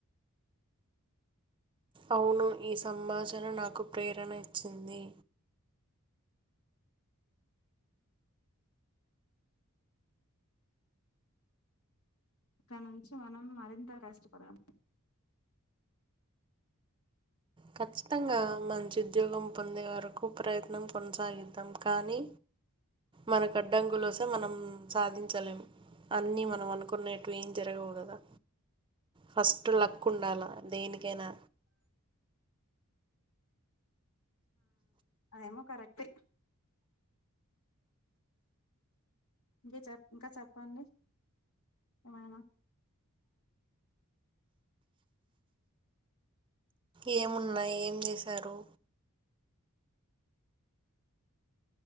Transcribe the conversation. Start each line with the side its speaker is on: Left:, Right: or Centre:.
Right: అవును ఈ సంభాషణ నాకు ప్రేరణ ఇచ్చింది
Left: ఇక నుంచి మనం మరింత కష్టపడాలి
Right: ఖచ్చితంగా మంచి ఉద్యోగం పొందే వరకు ప్రయత్నం కొనసాగిద్దాం కానీ మనకు అడ్డంకులు వస్తె మనం సాధించలేం అన్ని మనం అనుకున్నేటివి ఏం జరగవు కదా ఫస్ట్ లక్ ఉండాలా దేనికైనా
Left: ఊ కరెక్టే ఇంకా చెప్ ఇంకా చెప్పండి ఏమైనా
Right: ఏమున్నాయి ఏం చేశారు